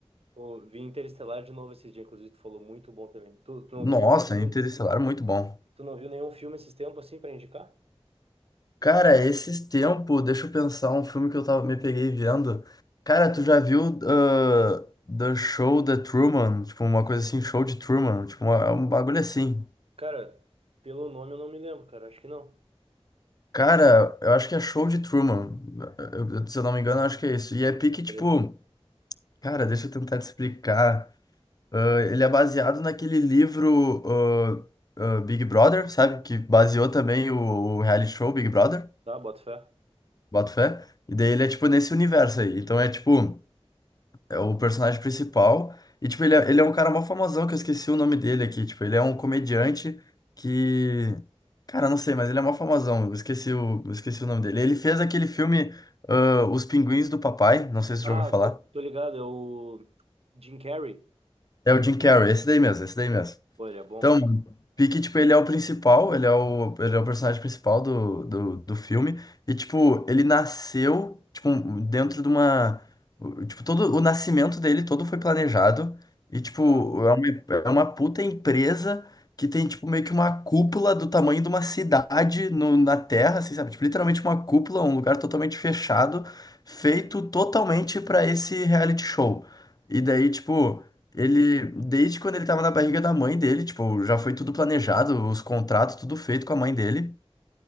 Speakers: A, on the right (about 65°); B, on the left (about 35°).
A: Pô, vi Interestelar de novo esse dia, inclusive tu falou muito bom também. Tu, tu não
B: Nossa,
A: viu nenhum filme,
B: interestelar é muito bom.
A: tu não viu nenhum filme esses tempos assim pra indicar?
B: Cara, esses tempos, deixa eu pensar, um filme que eu tava, me peguei vendo. Cara, tu já viu ah, The Show The Truman? Tipo, uma coisa assim, Show de Truman. Tipo, uma- é um bagulho assim.
A: Cara, pelo nome eu não me lembro, cara, acho que não.
B: Cara, eu acho que é Show de Truman. Eu- eu- se eu não me engano, eu acho que é isso. E é pique,
A: Deixa
B: tipo...
A: eu ver.
B: Cara, deixa eu tentar te explicar. Ah, ele é baseado naquele livro ah, ah, Big Brother, sabe? Que baseou também o, o reality show Big Brother,
A: Tá, bota fé.
B: boto fé. E daí ele é, tipo, nesse universo aí. Então é, tipo... é o personagem principal. E, tipo, ele é, ele é um cara mó famosão, que eu esqueci o nome dele aqui. Tipo, ele é um comediante que. Cara, eu não sei, mas ele é mó famosão. Eu esqueci o, eu esqueci o nome dele. Ele fez aquele filme ah, Os Pinguins do Papai. Não sei se você
A: Ah,
B: já ouviu falar.
A: tô, tô ligado, é o Jim Carrey.
B: É o Jim Carrey, esse daí mesmo, esse daí mesmo.
A: Pô, ele é bom.
B: Então, mano, Pique, tipo, ele é o principal, ele é o, ele é o personagem principal do, do, do filme. E, tipo, ele nasceu, tipo, um- dentro de uma. o- Tipo, todo o nascimento dele todo foi planejado. E, tipo,
A: Tá.
B: é uma, é uma puta empresa que tem, tipo, meio que uma cúpula do tamanho de uma cidade no, na Terra, assim, sabe? Tipo, literalmente uma cúpula, um lugar totalmente fechado, feito totalmente pra esse reality show. E daí, tipo. Ele, desde quando ele tava na barriga da mãe dele, tipo, já foi tudo planejado, os contratos, tudo feito com a mãe dele.